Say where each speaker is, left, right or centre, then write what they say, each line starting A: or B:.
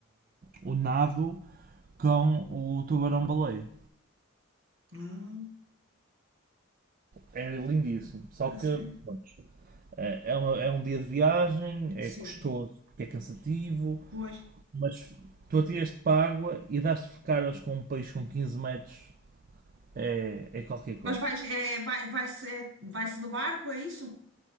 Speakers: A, on the right; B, on the right.
A: o nado com o tubarão-baleia.
B: Ah,
A: É lindíssimo. Só
B: a
A: que
B: sério?
A: pronto, é, é uma- é um dia de viagem,
B: Sim.
A: é custoso porque é cansativo,
B: Pois.
A: mas tu atiras-te para a água e dás-te caras com um peixe com quinze metros é, é qualquer coisa.
B: Mas vais, é, vai, vai-se, é- vai-se de barco, é isso?